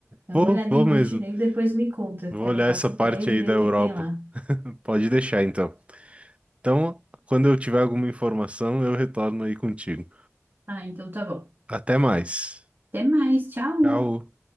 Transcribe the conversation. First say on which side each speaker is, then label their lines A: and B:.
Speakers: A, on the right; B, on the right.
A: Dá
B: Vou,
A: uma olhada
B: vou
A: em Montenegro
B: mesmo.
A: e depois me conta,
B: Vou
A: porque
B: olhar
A: eu não faço
B: essa parte
A: ideia direito
B: aí da Europa.
A: o que que tem lá.
B: Pode deixar então. Então, quando eu tiver alguma informação, eu retorno aí contigo.
A: Ah, então tá bom.
B: Até mais.
A: Até mais, tchau!
B: Tchau.